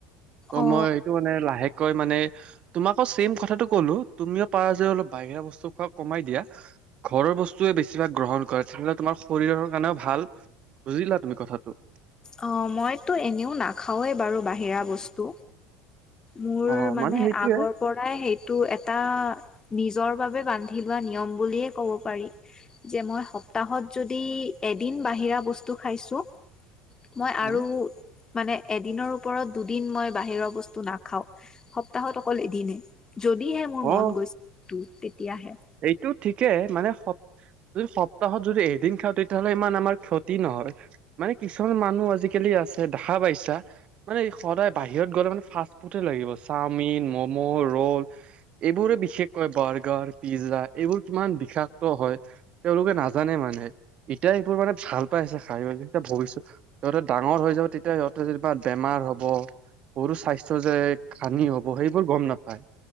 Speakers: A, on the right; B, on the left.
A: ত
B: অ
A: মই এইটো মানে লাহেকৈ মানে তোমাকো ছেম কথাটো কলো তুমিও পাৰা যে অলপ বাহিৰা বস্তু খুৱা কমাই দিয়া ঘৰৰ বস্তুৱে বেছিভাগ গ্ৰহণ কৰে। তেতিয়াহ'লে তোমাৰ শৰীৰৰ কাৰণেও ভাল। বুজিলা তুমি কথাটো।
B: অ' মইতো এনেও নাখাওৱে বাৰু বাহিৰা বস্তু। মোৰ
A: অ
B: মানে
A: সেইটোয়ে
B: আগৰ পৰাই সেইটো এটা নিজৰ। নিজৰ বাবে বান্ধি লোৱা নিয়ম বুলি ক'ব পাৰি যে মই সপ্তাহত যদি এদিন বান্ধি দিয়া বস্তু খাইছো আৰু মই আৰু
A: উম,
B: মানে এদিনৰ ওপৰত দুদিন মই বাহিৰৰ বস্তু নাখাও। সপ্তাহত অকল এদিনে। যদিহে মোৰ
A: অ
B: মন গৈছে তোৰ তেতিয়াহে।
A: টো ঠিকেই মানে <unintelligible> যদি সপ্তাহত যদি এদিন খাও, তেতিয়াহ'লে ইমান আমাৰ ক্ষতি নহয় মানে কিছুমান মানুহ আজিকালি দেখা পাইছা মানে সদায় বাহিৰত গ'লে মানে ফাৰ্ষ্ট ফুডে লাগিব চাওমিন, মম' ৰোল এইবোৰৰে বিশেষকৈ বাৰ পিজ্জা, এইবোৰ কিমান বিষাক্ত হয়। তেওঁলোকে নাজানে মানে। এতিয়া এইবোৰ মানে ভাল পাইছে খাই যেতিয়া ভৱিষ্যত সিহঁতে ডাঙৰ হৈ যাব। তেতিয়া সিহঁতে যেনিবা বেমাৰ হ'ব। সৰু স্বাস্থ্য যে হানি হ'ব। সেইবোৰ গম নাপায়